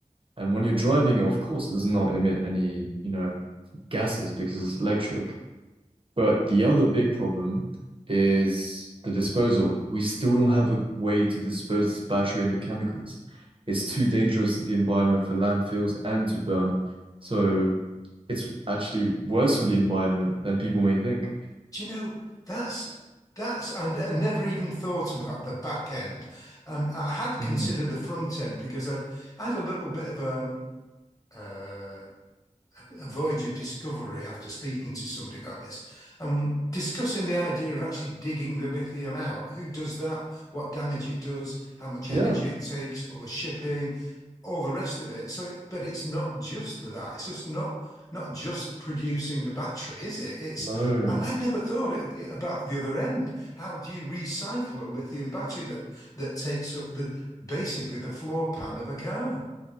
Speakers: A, on the right (about 40°); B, on the left (about 25°).
A: And when you're driving it, of course, it does not emit any, you know, gases because it's electric. But the other big problem is the disposal. We still don't have a way to dispose this battery and the chemicals. It's too dangerous to the environment for landfills and to burn. So it's actually worse for the environment than people may think.
B: Do you know that's that's and I never even thought about the back end. Um, I had considered
A: Hmm.
B: the front end because I'd I had a little bit of a um, uh, a voyage of discovery after speaking to somebody about this and discussing the idea of actually digging the lithium out. Who does that? What damage it does? How much
A: Yeah,
B: energy it takes? All the shipping, all the rest of it. So, it- but it's not just that. It's just not not just producing the battery, is it? It's
A: no,
B: and I'd never thought it, about the other end. How do you recycle a lithium battery that that takes up the basically the floor pan of a car?